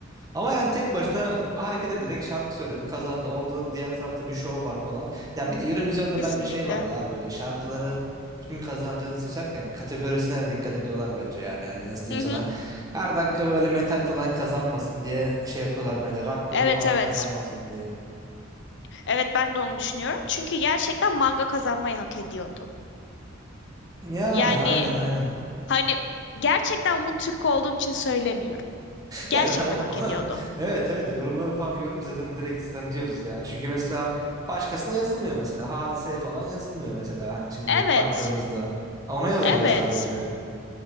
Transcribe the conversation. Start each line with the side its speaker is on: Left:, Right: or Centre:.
Right: Ama yani tek başına hareket ederek şarkı söyledi, kazandı. Orada diğer tarafta bir şov var falan. Ya bir de Eurovision'da
Left: Kesinlikle.
Right: bence şey var ya böyle şarkıların kim kazanacağını seçerken kategorisine de dikkat ediyorlar bence yani. Yani nasıl diyeyim
Left: Hı
Right: sana?
Left: hı.
Right: Her dakika böyle metal falan kazanmasın diye şey yapıyorlar bence. Rock grubu
Left: Evet
Right: falan
Left: evet.
Right: kazanmasın diye.
Left: Evet ben de onu düşünüyorum. Çünkü gerçekten manga kazanmayı hak ediyordu.
Right: Yani
Left: Yani
Right: aynen aynen.
Left: hani gerçekten bunu Türk olduğum için söylemiyorum. Gerçekten
Right: Ya zaten o,
Left: hak
Right: <laughs>
Left: ediyordu.
Right: evet evet yorumları falan görünce zaten direkt zaten diyoruz ya. Çünkü mesela başkasına yazılmıyor mesela. Hadiseye falan yazılmıyor mesela hani şimdi
Left: Evet.
Right: baktığımızda. Ona yazılıyor
Left: Evet.
Right: sadece.